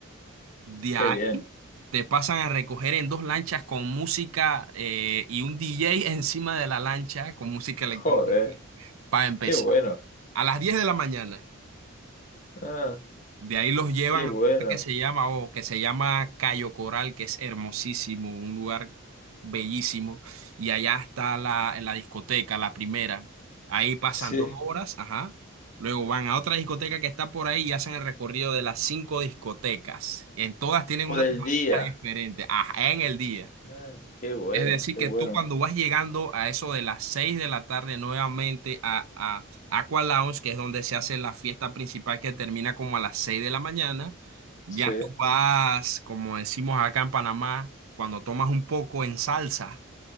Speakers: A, on the right; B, on the left.
A: De
B: Qué
A: ahí
B: bien.
A: te pasan a recoger en dos lanchas con música eh, y un DJ <laughs> encima de la lancha con música electrónica
B: Joder.
A: para empezar
B: Qué bueno.
A: a las 10 de la mañana.
B: Ah,
A: De ahí los llevan
B: qué bueno.
A: a un lugar que se llama, o que se llama Cayo Coral, que es hermosísimo, un lugar bellísimo. Y allá está la, en la discoteca, la primera. Ahí pasan
B: Sí.
A: dos horas, ajá. Luego van a otra discoteca que está por ahí y hacen el recorrido de las cinco discotecas. En todas tienen
B: Por
A: una
B: el
A: temática
B: día.
A: diferente, ajá, en el día.
B: Ah, qué bueno,
A: Es decir,
B: qué
A: que
B: bueno.
A: tú cuando vas llegando a eso de las 6 de la tarde nuevamente a, a Aqua Lounge, que es donde se hace la fiesta principal que termina como a las 6 de la mañana, ya
B: Sí,
A: tú vas, como decimos acá en Panamá, cuando tomas un poco en salsa.